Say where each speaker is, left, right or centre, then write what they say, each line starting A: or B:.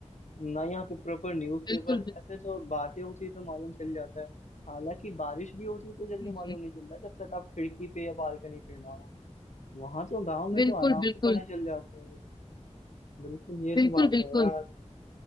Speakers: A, on the left; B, on the left.
A: ना यहाँ पे प्रॉपर न्यूज़पेपर
B: बिल्कुल बिल्कुल
A: ऐसे तो बातें होती तो मालूम चल जाता है हालांकि बारिश भी होती तो जल्दी
B: जी,
A: मालूम
B: जी,
A: नहीं चलता जब तक आप खिड़की पे या बालकनी पे ना हो वहां तो गांव में
B: बिल्कुल
A: तो आराम
B: बिल्कुल
A: से पता चल जाता है बिल्कुल ये
B: बिल्कुल
A: तो बात
B: बिल्कुल
A: है यार